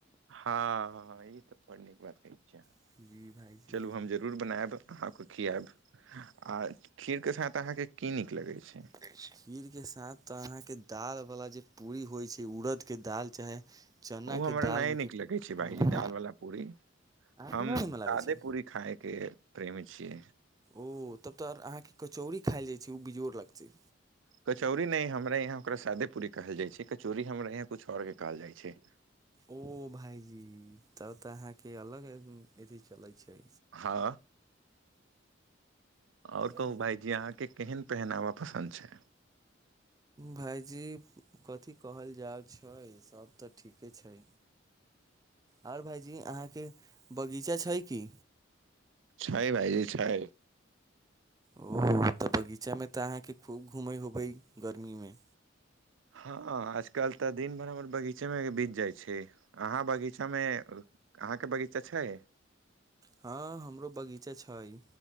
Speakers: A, on the right; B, on the right.
A: हँ ई तऽ बड़ नीक बात कहै छियै अहाँ
B: जी भाइजी
A: चलू हम जरूर बनायब अहाँके खियाआब आ खीरके साथ अहाँके की नीक लगै छै
B: खीर के साथ तऽ अहाँके दाल बला जे पूरी होइ छै उड़द के दाल चाहे चनाके
A: ओ हमरा
B: दालमे
A: न नीक
B: के
A: लगे छै
B: पूरी
A: भाायजी दाल वालला पूरी
B: अहाँके
A: हम
B: नहि नीमन लागै
A: सादे
B: छै
A: पूरी खायके प्रेमी छियै
B: ओ तब तऽ अहाँकेँ कचौड़ी खाय ले जाइ छै ओ बेजोड़ लगतै
A: कचौड़ी नहि हमराे यहाँ ओकरा शादे पूरी कहल जाइ छै कचौरी हमरा यहाँ किछु आओरके कहल जाइ छै
B: ओ भाइजी तब तऽ अहाँके अलग है अथी चलै छै
A: हँ आओर
B: तऽ
A: कहू भाायजी अहाँके केहन पहनावा पसन्द छै
B: भाईजी कथी कहल जाय छै सब तऽ ठीके छै आओर भाईजी अहाँके बगीचा छै की
A: छै भाइजी छै
B: ओ तऽ बगीचा मे तऽ अहाँके खूब घूमे होबे गर्मी मे
A: हँ आजकल तऽ दिन भरि हमर बगीचेमे बीत जाइ छै अहाँ बगीचा मे अहाँ के बगीचा छै
B: हँ हमरो बगीचा छै